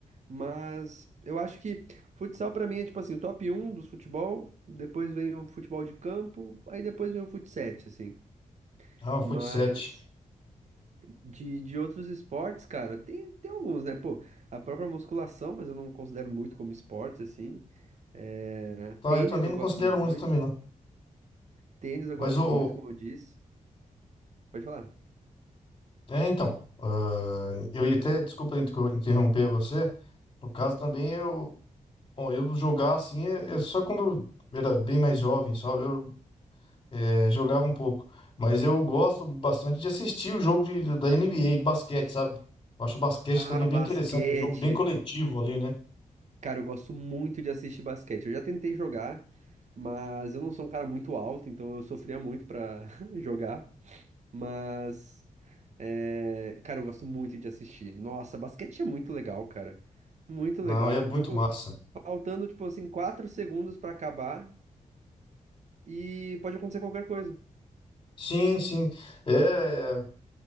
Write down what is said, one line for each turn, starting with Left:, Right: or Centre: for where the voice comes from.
Right: Mas eu acho que futsal pra mim é tipo assim, o top um dos futebol, depois vem o futebol de campo, aí depois vem o futsal, assim.
Left: Ah, o
Right: Mas
Left: fut 7.
Right: de, de outros esportes, cara, tem, tem alguns, né? Pô, a própria musculação, mas eu não considero muito como esporte, assim. É,
Left: Tá,
Right: tênis
Left: eu também
Right: eu
Left: não
Right: gosto
Left: considero
Right: muito.
Left: muito também, não.
Right: Tênis eu
Left: Mas
Right: gosto
Left: o...
Right: muito, como eu disse. Pode falar.
Left: É, então, ah, eu ia até... Desculpa inter- interromper você. No caso também, eu... Bom, eu jogar assim, é, é só quando eu era bem mais jovem, sabe? Eu É, jogava um pouco. Mas eu gosto bastante de assistir o jogo de- da NBA, de basquete, sabe? Eu acho o basquete
Right: Ah,
Left: também
Right: basquete.
Left: bem interessante, é um jogo bem coletivo ali, né?
Right: Cara, eu gosto muito de assistir basquete. Eu já tentei jogar, mas eu não sou um cara muito alto, então eu sofria muito pra <laughs> jogar. Mas, é, cara, eu gosto muito de assistir. Nossa, basquete é muito legal, cara. Muito legal.
Left: Não, é muito
Right: Um jogo.
Left: massa.
Right: faltando, tipo assim, 4 segundos pra acabar e pode acontecer qualquer coisa.
Left: Sim, sim. É,